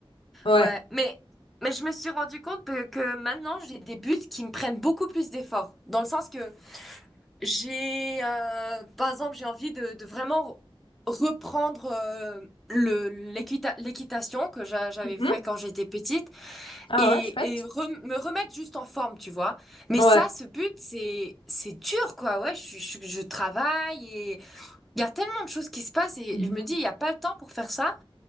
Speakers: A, on the left; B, in the centre.
A: Ouais.
B: Ouais. Mais, mais je me suis rendu compte que, que maintenant, j'ai des buts qui me prennent beaucoup plus d'efforts, dans le sens que J'ai, euh, par exemple, j'ai envie de, de vraiment reprendre euh, le, l'équita- l'équitation que j'a- j'avais
A: Mhm.
B: fait quand j'étais petite
A: Ah
B: et,
A: ouais, chouette.
B: et re- me remettre juste en forme, tu vois. Mais
A: Ouais.
B: ça, ce but, c'est, c'est dur, quoi. Ouais, je, suis- je, je travaille et il y a tellement de choses qui se passent et
A: Mhm.
B: je me dis, il n'y a pas le temps pour faire ça.